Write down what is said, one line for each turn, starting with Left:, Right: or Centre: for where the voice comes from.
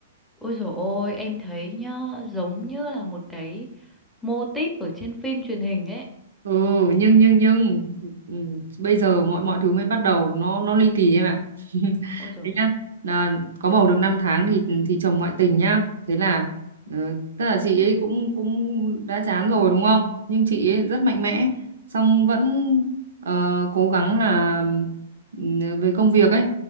Centre: Ôi dồi ôi, em thấy nhá, giống như là một cái mô típ ở trên phim truyền hình ấy.
Right: ừ nhưng nhưng nhưng ừ, bây giờ mọi mọi thứ mới bắt đầu nó nó ly kỳ em ạ <laughs>
Centre: Ôi dồi.
Right: thế nhá là có bầu được 5 tháng thì thì chồng ngoại tình nhá thế là ờ, tức là chị ấy cũng cũng đã chán rồi đúng không nhưng chị ấy rất mạnh mẽ xong vẫn ờ, cố gắng là ừ, về công việc ấy